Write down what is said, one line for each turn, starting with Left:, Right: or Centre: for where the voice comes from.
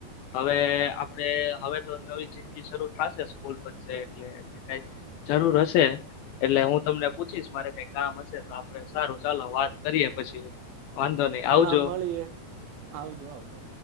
Left: હવે આપડે હવે તો નવી થી સરુ થાશે સ્કૂલ પતશે એટલે કઈ જરૂર હશે એટલે હું તમને પૂછીશ મારે કઈ કામ હશે તો આપડે સારું ચાલો વાત કરીએ પછી. વાંધો નહી આવજો
Right: હા મલયે આવજો આવજો.